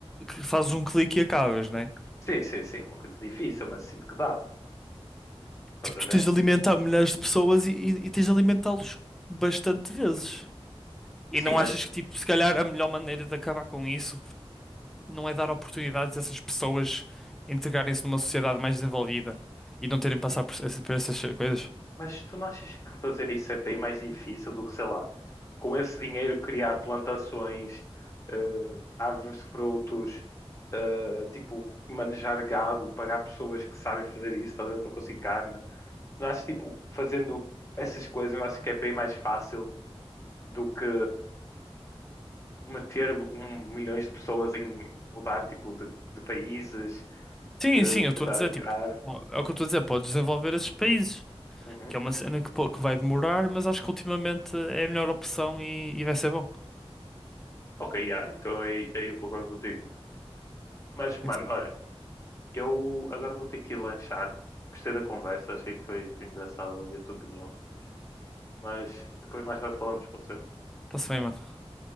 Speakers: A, in the centre; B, on the left.
A: que fazes um clique e acabas, né?
B: Sim, sim, sim, uma coisa difícil, mas sinto que dá. Estás
A: Tipo, tu
B: a ver?
A: tens de alimentar milhares de pessoas e, e, e tens de alimentá-los bastante vezes. E
B: Sim,
A: não
B: mas,
A: achas que, tipo, se calhar a melhor maneira de acabar com isso não é dar oportunidades a essas pessoas integrarem-se numa sociedade mais desenvolvida e não terem de passar por, essa- por essas coisas?
B: mas tu não achas que fazer isso é bem mais difícil do que, sei lá, com esse dinheiro criar plantações, eh, árvores de frutos, eh, tipo, manejar gado, pagar pessoas que sabem fazer isso, estás a ver, para conseguir carne. Não acho, tipo, fazendo essas coisas, eu acho que é bem mais fácil do que meter um milhões de pessoas em mudar tipo de, de países,
A: Sim,
B: eh,
A: sim, eu estou
B: tentar
A: a dizer,
B: entrar.
A: tipo, é o que eu estou a dizer, podes desenvolver esses países,
B: Uhum.
A: que é uma cena que, pô- que vai demorar, mas acho que ultimamente é a melhor opção e, e vai ser bom.
B: Ok, yeah, então aí, aí eu concordo contigo. Mas, mano,
A: Então,
B: olha, eu agora vou ter que ir lanchar. Gostei da conversa, achei que foi, foi engraçado ouvir a tua opinião. Mas depois mais tarde falamos, pode ser?
A: Tá se bem, mano.